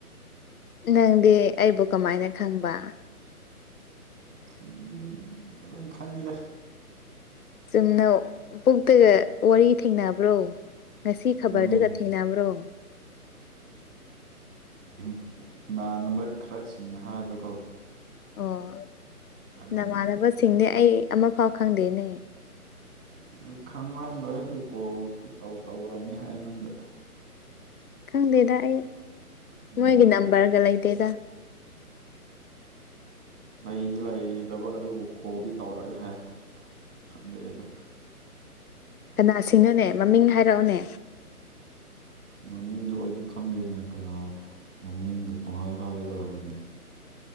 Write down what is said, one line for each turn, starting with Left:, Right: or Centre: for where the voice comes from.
Left: ꯅꯪꯗꯤ ꯑꯩꯕꯨ ꯀꯃꯥꯏꯅ ꯈꯪꯕ
Right: ꯈꯪ ꯑꯗꯨꯝ ꯈꯪꯉꯤꯗ
Left: ꯆꯨꯝꯅ ꯕꯨꯛꯇꯒ ꯋꯥꯔꯤ ꯊꯦꯡꯅꯕ꯭ꯔꯣ ꯉꯁꯤ ꯈꯕ꯭ꯔꯗꯒ
Right: ꯎꯝ
Left: ꯊꯦꯡꯅꯕ꯭ꯔꯣ
Right: <unintelligible> ꯏꯃꯥꯟꯅꯕ ꯈꯔ ꯁꯤꯡꯅ ꯍꯥꯏꯕꯀꯣ
Left: ꯑꯣ
Right: ꯑꯗꯨꯒꯤ
Left: ꯅꯃꯥꯟꯅꯕꯁꯤꯡꯗꯤ ꯑꯩ ꯑꯃꯐꯥꯎ ꯈꯪꯗꯦꯅꯦ
Right: ꯑꯩ ꯈꯪꯔꯝꯔꯣꯏ ꯑꯗꯨ ꯀꯣꯜꯗꯤ ꯇꯧ ꯇꯧꯔꯝꯃꯤ ꯍꯥꯏ ꯅꯪꯒ
Left: ꯈꯪꯗꯦꯗ ꯑꯩ
Right: ꯎꯝ
Left: ꯃꯣꯏꯒꯤ ꯅꯝꯕꯔꯒ ꯂꯩꯇꯦꯗ
Right: ꯂꯩꯗꯤ ꯂꯩꯇꯕ ꯑꯗꯨꯕꯨ ꯀꯣꯜꯗꯤ ꯇꯧꯔꯛꯢ ꯍꯥꯏ ꯈꯪꯗꯦ ꯑꯩꯁꯨ
Left: ꯀꯅꯥꯁꯤꯡꯅꯣꯅꯦ ꯃꯃꯤꯡ ꯍꯥꯏꯔꯛꯑꯣꯅꯦ
Right: ꯃꯃꯤꯡꯗꯣ ꯑꯩꯗꯣ ꯈꯪꯗꯦꯗ ꯀꯅꯥ ꯃꯃꯤꯡꯗꯣ ꯄꯪꯍꯥꯏ ꯍꯥꯏ ꯌꯥꯕ꯭ꯔꯥꯅꯦ